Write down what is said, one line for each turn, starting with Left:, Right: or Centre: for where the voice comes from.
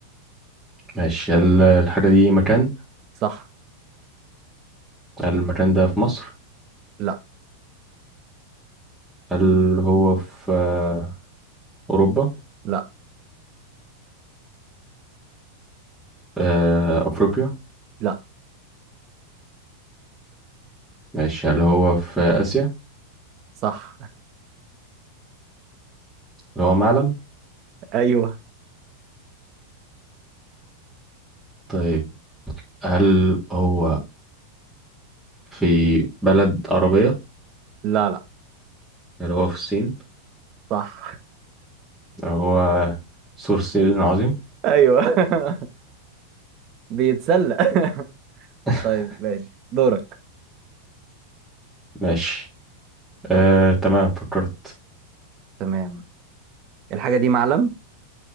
Centre: ماشي هل الحاجة دي مكان
Right: صح
Centre: هل المكان ده في مصر
Right: لا
Centre: هل هو في آه، أوروبا
Right: لا
Centre: آه، أفريقيا
Right: لا
Centre: ماشي هل هو في آسيا
Right: صح
Centre: هل هو معلم
Right: <laughs> أيوه
Centre: طيب هل هو في بلد عربية
Right: لا لا
Centre: اللي هو في الصين
Right: صح
Centre: هو سور الصين العظيم
Right: أيوه <laughs> بيتسلق <laughs>
Centre: <laughs>
Right: طيب ماشي دورك
Centre: ماشي آه تمام فكرت
Right: تمام الحاجة دي معلم